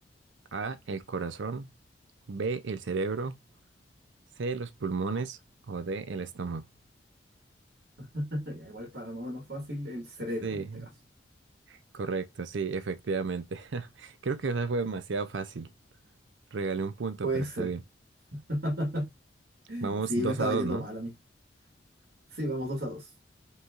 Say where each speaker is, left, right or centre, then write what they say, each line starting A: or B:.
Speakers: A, on the right; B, on the right.
A: A, el corazón, B, el cerebro, C, los pulmones o D, el estómago.
B: <laughs> ya, igual está más o menos fácil el cerebro
A: Sí,
B: en este caso.
A: Correcto, sí, efectivamente. <laughs> Creo que esa fue demasiado fácil. Regalé un punto,
B: Puede
A: pero
B: ser.
A: está bien.
B: <laughs>
A: Vamos
B: Sí,
A: dos
B: me estaba
A: a dos,
B: yendo
A: ¿no?
B: mal a mí. Sí, vamos dos a dos.